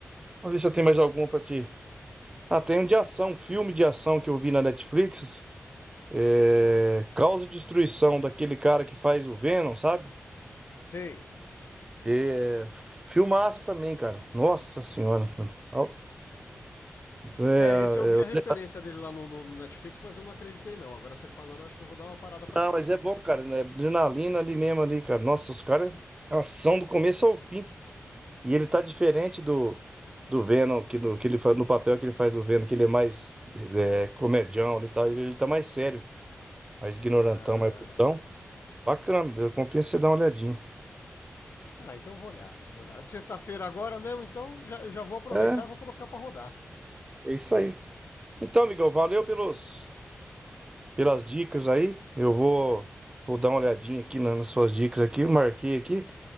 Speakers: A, on the right (about 15°); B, on the left (about 55°).
A: vamos ver se eu tenho mais alguma pra ti. Ah, tem um de ação, um filme de ação que eu vi na Netflix. É... Causa e Destruição, daquele cara que faz o Venom, sabe?
B: Sei.
A: É... Filmaço também, cara. Nossa senhora. Al- É,
B: É, esse eu vi
A: é...
B: a referência dele lá no, no Netflix, mas eu não acreditei, não. Agora você falando, eu acho que eu vou dar uma parada pra
A: Não,
B: ver.
A: mas é bom, cara. né? Adrenalina ali mesmo, ali, cara. Nossa, os caras. É Ação do começo ao fim. E ele tá diferente do, do Venom, que, do, que ele faz, no papel que ele faz do Venom, que ele é mais é, comedião, ele tá, ele tá mais sério, mais ignorantão,
B: Ah.
A: mais putão. Bacana, compensa você dar uma olhadinha.
B: Ah, então eu vou olhar. Vou olhar. Sexta-feira agora mesmo, então já, eu já vou aproveitar
A: É,
B: e vou colocar pra rodar.
A: é isso aí. Então, amigão, valeu pelos, pelas dicas aí. Eu vou, vou dar uma olhadinha aqui na- nas suas dicas aqui, marquei aqui